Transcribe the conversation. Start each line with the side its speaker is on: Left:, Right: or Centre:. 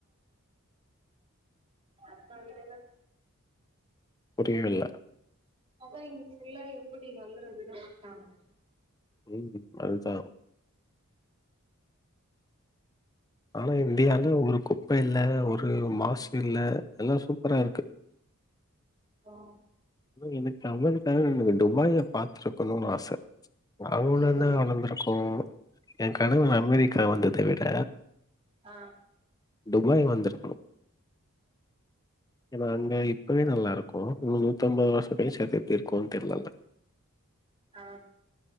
Right: அ இடன <inaudible>
Left: புரியவே இல்ல
Right: அதான் இங்க ஃபுல்லா எப்படி வளற விட மாட்டாங்கலே
Left: ம் அதுதான் ஆனா இந்தியால ஒரு குப்பை இல்ல ஒரு மாசு இல்ல எல்லா சூப்பரா இருக்கு
Right: ஆ
Left: எனக்கு அமெரிக்காவ எனக்கு டுபாய பார்த்திருக்கணுனு ஆசை அவள
Right: புரியல
Left: தான் வளர்ந்திருக்கோ என் கனவு அமெரிக்கா வந்ததை விட
Right: ஆ
Left: துபாய் வந்திருக்கணும் ஏன்னா அங்க இப்பவே நல்லா இருக்கு இன்னும் நூத்திஅம்பது வருஷம் ஃபேஸ் அதூ எப்டி இருக்கக்கும்ன்னு தெரியிலல
Right: ஆ